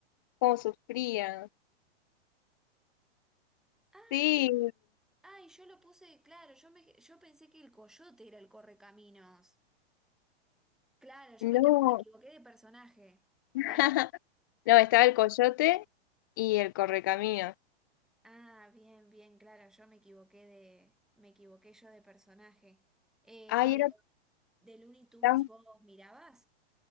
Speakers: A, on the left (about 20°); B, in the centre.
A: cómo sufrían
B: Ay,
A: Sí,
B: ay, yo lo puse, claro, yo me, yo pensé que el coyote era el correcaminos. Claro, yo
A: no.
B: me, equivo- me equivoqué de personaje.
A: <laughs>
B: Bien.
A: No, estaba el Coyote y el Correcaminos.
B: Ah, bien, bien, claro, yo me equivoqué de, me equivoqué yo de personaje. Eh,
A: Ay,
B: ¿y de,
A: era
B: lo- de Looney Tunes
A: tan...
B: vos mirabas?